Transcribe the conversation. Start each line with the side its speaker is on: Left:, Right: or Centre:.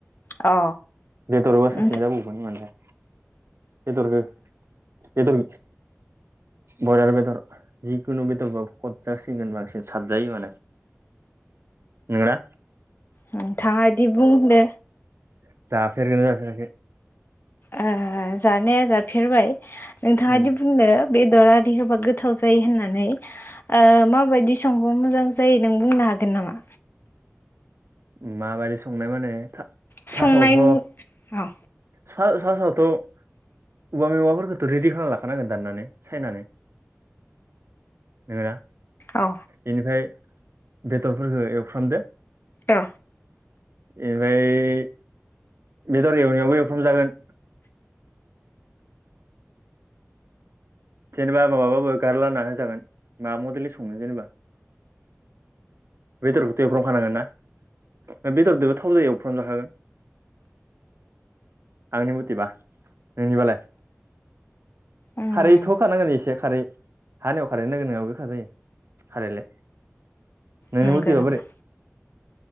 Left: अ।
Right: बेदरबा साबसिन
Left: उम
Right: जाबावगोन माने बेदरहो बेदर बयलार बेदर जिखुनु बेदरबाबो खद जासिनगोन बांसिन सादजायो माने नोंगोना
Left: नोंथाङा दि बुंदो
Right: <unintelligible> जाफेरखोना जाफेराखै?
Left: ओ‌ जानाया जाफेरबाय नोंथाङा
Right: उम
Left: दि बुंदो बे दर आरि होबा गोथाव जायो होननानै ओ माबायदि संबा मोजां जायो नों बुंनो हागोन नामा
Right: <inaudible> माबायदि संनाय माने फा
Left: संनायनि
Right: फासआवथ'
Left: औ
Right: फा फासआवथ' औवा मेवाइफोरखौथ' रेदि खालामना लाखानांगोन दाननानै सायनानै नोंगोना
Left: औ
Right: बेनिफ्राय बेदरफोरखौ एवफ्रामदो
Left: अ।
Right: बेनिफ्राय बेदर एवनायावबो एवफ्राम जागोन जेनेबा माबाबाबो गारला ना होजागोन मा मडेलनि सङो जेनेबा बेदरखौथ एवफ्रामखानांगोन ना बेदरजोंबो थावजों एवफ्राम जाखागोन आंनि मथेबा नोंनिबालाय?
Left: उम
Right: खारैथ'होखानांगोन एसे खारै हानिव खारैनो गोरोनाव गोखा जायो खारैलाय <inaudible> नोंनि
Left: नंगौ
Right: मथेबा
Left: नामा?
Right: बोरै